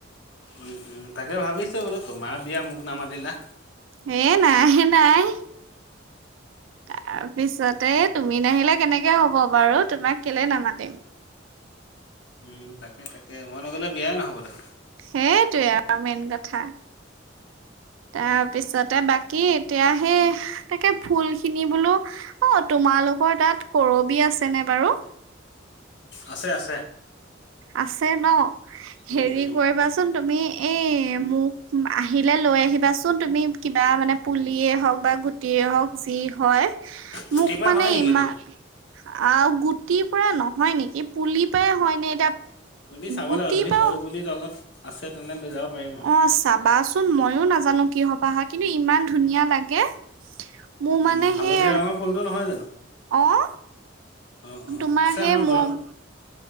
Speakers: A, on the left (about 65°); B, on the right (about 80°).
A: উম উম তাকে ভাবিছো বোলো তোমাৰ বিয়া মোক নামাতিলা।
B: হে নাই নাই তাৰপিছতে তুমি নাহিলে কেনেকে হ'ব বাৰু, তোমাক কেলে নামাতিম।
A: উম তাকে তাকে মই নগলে বিয়াই নহ'ব দেখোন
B: সেইটোৱে আৰু মেইন কথা। তাৰপিছতে বাকী এতিয়া সেই তাকে ফুল খিনি বোলো, অ' তুম তোমালোকৰ তাত কৰবি আছেনে বাৰু?
A: আছে আছে।
B: আছে ন,
A: উম,
B: হেৰি
A: উম।
B: কৰিবাচোন তুমি এই এ' মোক আহিলে লৈ আহিবা চোন তুমি কিবা মানে পুলিয়ে হওঁক বা গুটিয়েই হওঁক হয়
A: গুটিৰ
B: মোক
A: পৰা
B: মানে
A: হয় নেকি
B: ইমান
A: সেইটো
B: আৰু গুটিৰ পৰা নহয় নেকি, পুলি পৰাই হয় নে?
A: পুলি চাব
B: গুটি
A: লাগিব যদি
B: পাওঁ
A: সৰু পুলি তলত আছে তেনে লৈ যাব পাৰিম আৰু।
B: অ' চাবাচোন, মইয়ো নাজানো কি সপাহ হয়। কিন্তু ইমান ধুনীয়া লাগে মোৰ
A: উম,
B: মানে
A: হালধীয়া
B: সেই
A: ৰঙৰ ফুলটো নহয় জানো
B: অ'
A: অ', অ',
B: তোমাৰ
A: আছে
B: সে
A: আমাৰ
B: মোম
A: ঘৰৰ